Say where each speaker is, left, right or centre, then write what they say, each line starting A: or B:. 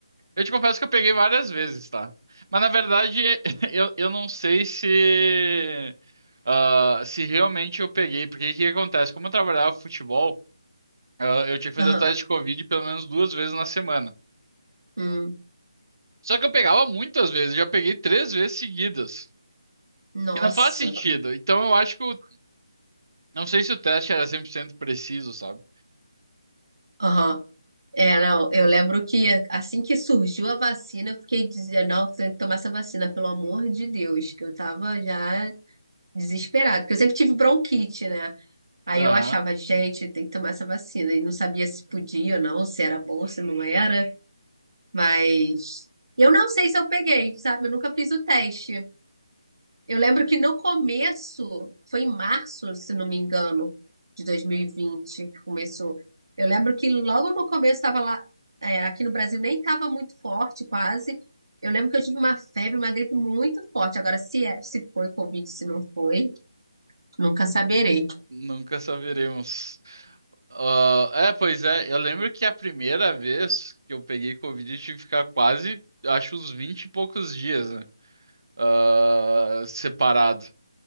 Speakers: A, on the right; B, on the right.
A: Eu te confesso que eu peguei várias vezes, tá? Mas na verdade, <laughs> eu, eu não sei se, ah, se realmente eu peguei, porque o que que acontece? Como eu trabalhava futebol, ah, eu tinha que fazer
B: Aham.
A: o teste de Covid pelo menos duas vezes na semana.
B: Hum,
A: Só que eu pegava muitas vezes, eu já peguei três vezes seguidas.
B: nossa.
A: E não faz sentido. Então eu acho que o, não sei se o teste era cem por cento preciso, sabe?
B: Aham. É, não, eu lembro que assim que surgiu a vacina, eu fiquei dizendo, não, tem que tomar essa vacina, pelo amor de Deus, que eu tava já desesperada, porque eu sempre tive bronquite, né? Aí
A: Aham,
B: eu achava, gente, tem que tomar essa vacina. E não sabia se podia ou não, se era bom, se não era. Mas eu não sei se eu peguei, sabe? Eu nunca fiz o teste. Eu lembro que no começo, foi em março, se não me engano, de 2020 que começou. Eu lembro que logo no começo estava lá, é, aqui no Brasil nem estava muito forte, quase. Eu lembro que eu tive uma febre, uma gripe muito forte. Agora, se é, se foi Covid, se não foi, nunca saberei.
A: nunca saberemos. Ah, é, pois é. Eu lembro que a primeira vez que eu peguei Covid, eu tive que ficar quase, acho, uns 20 e poucos dias, né? Ah, separado. Hum.